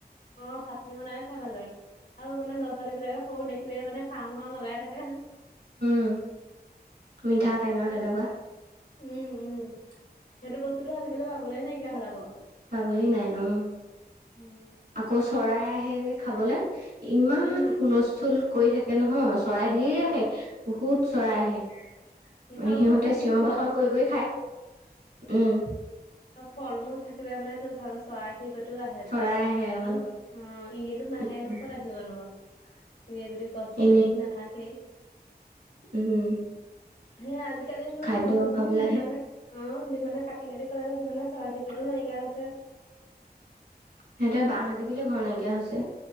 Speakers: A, on the left; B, on the right.
A: অ', চাটনি বনাইও খাই ভাল লাগে। আৰু মানে ল'ৰা-ছোৱালী বিলাকে সৰু দেখিলেই মানে খাওঁ-খাওঁ লগাই থাকে।
B: উম, মিঠা-টেঙা
A: অ',
B: তেনেকুৱা।
A: উম, উম, সেইটো বস্তুটো আজিকালি পাবলৈ নাইকিয়া হ'ল আকৌ।
B: পাবলৈ নাই অ',
A: উম।
B: আকৌ চৰাই আহে যে খাবলে। ইমান
A: উম,
B: হুলস্থুল কৰি থাকে নহয়। চৰাই
A: উম,
B: ধেৰ আহে, বহুত চৰাই আহে, মানে
A: আৰু
B: সিহঁতে
A: তোৰ চাবিচোন
B: চিঞৰ
A: ফ
B: বাখৰ কৰি-কৰি খাই, উম।
A: অ', ফল-মূল থাকিলে মানে তোৰ চা চৰাই চিৰিকটিও আহে,
B: চৰাই
A: তেতিয়া ভালো
B: আহে
A: লাগে
B: উম
A: ন', অ', এনেইতো নাহে
B: উম
A: ক'ত আহিব নু। এনেই যদি গছ-চছ
B: এনেই
A: নাথাকেই।
B: উম।
A: হে আজিকালি এনেও
B: খাদ্য
A: গছ-গছনি
B: খাবলৈ
A: যিমানেই
B: আহে
A: অ', যিমানেই কাটি-কাটি পেলাই আছে, সিমানেই চৰাই চিৰিকটি নাইকিয়া হৈছে।
B: সিহঁতে বাঁহ সাজিবলৈ ঘৰ নাইকিয়া হৈছে